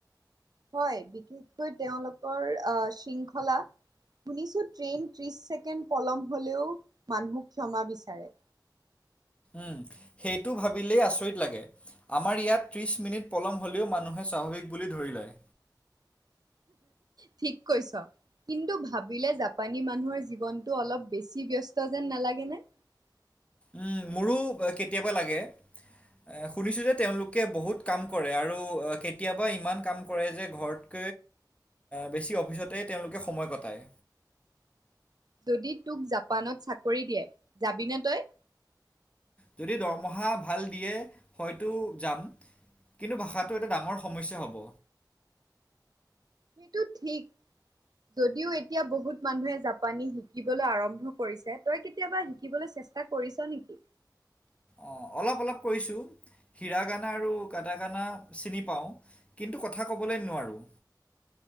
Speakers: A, on the right; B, on the left.
A: হয় বিশেষকৈ তেওঁলোকৰ অহ শৃংখলা শুনিছোঁ ট্ৰেইন ত্ৰিশ ছেকেণ্ড পলম হ'লেও মানুহক ক্ষমা বিচাৰে।
B: উম সেইটো ভাবিলেই আচৰিত লাগে। আমাৰ ইয়াত ত্ৰিশ মিনিট পলম হলেও মানুহে স্বাভাৱিক বুলি ধৰিলয়।
A: ঠিক কৈছ। কিন্তু ভাবিলে জাপানী মানুহৰ জীৱনটো অলপ বেছি ব্যস্ত যেন নালাগেনে! <unintelligible>
B: উম, মোৰো কেতিয়াবা লাগে এ শুনিছো যে তেওঁলোকে বহুত কাম কৰে আৰু কেতিয়াবা ইমান কাম কৰে যে ঘৰত
A: <unintelligible>
B: বেছি অফিচতে তেওঁলোকে সময় কটায়।
A: যদি তোক জাপানত চাকৰি দিয়ে যাবিনে তই
B: যদি দৰমহা ভাল দিয়ে হয়তো যাম। কিন্তু ভাষাটো এটা ডাঙৰ সমস্যা হ'ব
A: সেইটো ঠিক যদিও এতিয়া বহুত মানুহে জাপানী শিকিবলৈ আৰম্ভ কৰিছে তই কেতিয়াবা শিকিবলৈ চে চেষ্টা কৰিছ নিকি?
B: অ অলপ অলপ কৈছোঁ হীৰা গানা আৰু কাটা গানা চিনি পাওঁ কিন্তু কথা ক'বলৈ নোৱাৰোঁ